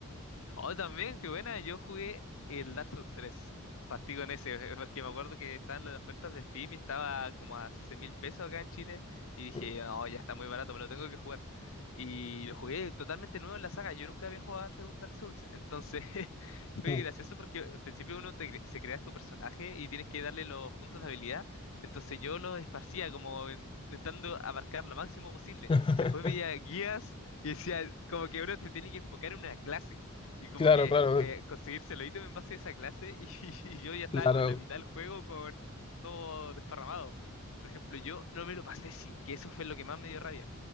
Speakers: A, on the left; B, on the left.
A: Oh, también, qué buena. Yo jugué el Dark Souls tres Partí con ese, <laughs> porque me acuerdo que estaban las ofertas de Steam y estaba como a seis mil pesos acá en Chile. Y dije,
B: Mm,
A: oh, ya está muy barato, me lo tengo que jugar. Y lo jugué totalmente nuevo en la saga. Yo nunca había jugado antes un Dark Souls. Entonces, <laughs> fue
B: mm.
A: gracioso porque al principio uno te cre- se crea tu personaje y tienes que darle los puntos de habilidad. Entonces yo los esparcía como en- intentando abarcar lo máximo posible.
B: <laughs>
A: Después veía guías y decía, como que uno se tiene que enfocar en una clase. Y como
B: Claro,
A: que
B: claro,
A: eh, conseguirse los ítems en base a esa clase y, <laughs> y yo ya estaba
B: claro.
A: como en la mitad del juego con todo desparramado. Por ejemplo, yo no me lo pasé sí, que eso fue lo que más me dio rabia.